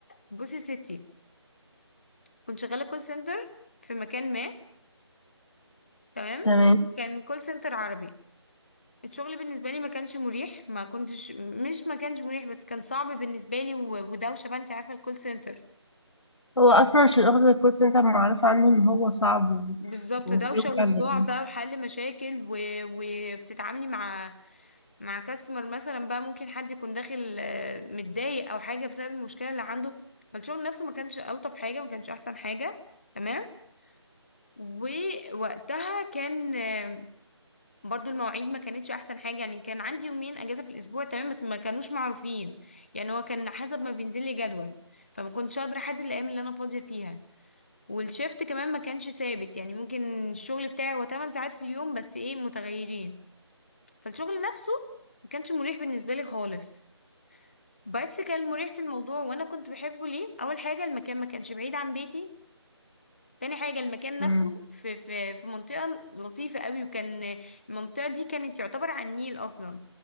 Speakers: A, on the left; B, on the left.
A: بصي يا ستي كنت شغالة كول سنتر في مكان ما تمام
B: تمام
A: كان كول سنتر عربي الشغل بالنسبة لي ما كانش مريح ما كنتش مش ما كانش مريح بس كان صعب بالنسبة لي و- ودوشة بقى انت عارفة الكول سنتر
B: هو اصلا شغل الكول سنتر معروف عنه ان هو صعب و-
A: بالظبط
B: وبيوجع
A: دوشة وصداع
B: الجبين
A: بقى وحل مشاكل و... وبتتعاملي مع مع كاستمر مثلا بقى ممكن حد يكون داخل آه، متضايق او حاجة بسبب المشكلة اللي عنده فالشغل نفسه ما كانش ألطف حاجة ما كانش احسن حاجة تمام ووقتها كان آه، برضو المواعيد ما كانتش احسن حاجة يعني كان عندي يومين اجازة في الاسبوع تمام بس ما كانوش معروفين يعني هو كان حسب ما بينزل لي جدول فما كنتش قادرة احدد الايام اللي انا فاضية فيها والشيفت كمان ما كانش ثابت يعني ممكن الشغل بتاعي هو 8 ساعات في اليوم بس ايه متغيرين فالشغل نفسه ما كانش مريح بالنسبة لي خالص بس كان مريح في الموضوع وانا كنت بحبه ليه اول حاجة المكان ما كانش بعيد عن بيتي تاني حاجة المكان نفسه
B: مم.
A: في في في منطقة لطيفة قوي وكان المنطقة دي كانت يعتبر على النيل أصلا